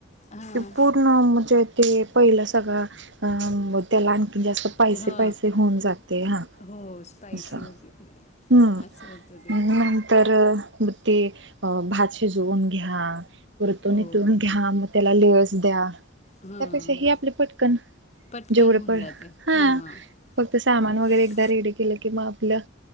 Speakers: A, on the left (about 35°); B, on the right (about 65°).
A: हा
B: ते पूर्ण म्हजे ते पहिलं सगळं, अं त्याला आणखीन जास्त स्पायशी
A: हा
B: - स्पायशी होऊन जाते. हा,
A: हो स्पायसी
B: अस.
A: होते
B: हम्म.
A: असं होतं ते
B: नंतर, मग ते भात शिजवून घ्या. परतून
A: हो
B: इथून घ्या. मग त्याला लेअरस द्या.
A: हां
B: त्यापेक्षा ही आपलं पटकन
A: पटकन
B: जेवढं
A: होऊन
B: पण,
A: जाते
B: हा.
A: हां
B: फक्त सामान
A: असं
B: वगैरे एकदा रेडी केलं. की, मग आपलं